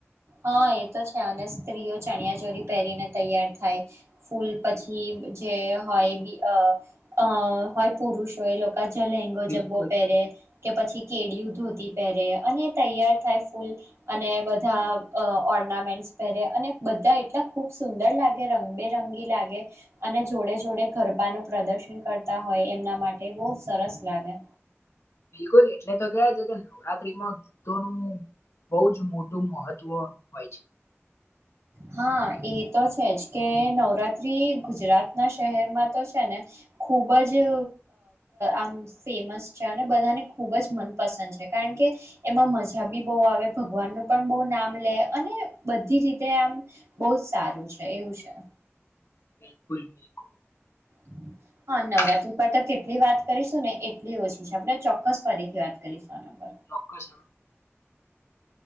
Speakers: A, on the right; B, on the left.
A: હા એ તો છે અને સ્ત્રીઓ ચણિયા ચોરી પહેરીને તૈયાર થાય ફૂલ પછી જે હોય હોય પુરુષ હો એ લોકો કજ લંગો
B: બિલકુલ
A: જબો પહેરે કે પછી કેળિયું ધોતી પહેરે અને તૈયાર થાય ફૂલ અને બધા અ ઓર્નામેન્ટસ પહેરે અને બધા એટલા ખૂબ સુંદર લાગે રંગબેરંગી લાગે અને જોડે જોડે ગરબાનું પ્રદર્શન કરતા હોય એમના માટે બહ સરસ લાગે.
B: બિલકુલ એટલે તો ગયા છે કે નવરાત્રીમાં ગીતોનું બહુ જ મોટું મહત્વ હોય છે.
A: હા એ તો છે જ કે નવરાત્રી ગુજરાત ના શહેરમાં તો છે ને ખુબ જ આમ ફેમસ છે અને બધાને ખુબ જ મનપસંદ છે. કારણ કે એમાં મજા બી બહુ આવે ભગવાન નું પણ બહુ નામ લે અને બધી રીતે તે આમ બહ જ સારું છે એવું છે.
B: બિલકુલ બિલકુલ.
A: <inaudible> હા
B: બિલકુલ.
A: નવરાત્રી પર તો કેટલી વાત કરીશું ને એટલી ઓછી છે આપણે ચોક્કસ ફરીથી વાત કરીશું. આના પર
B: ચોક્કસ.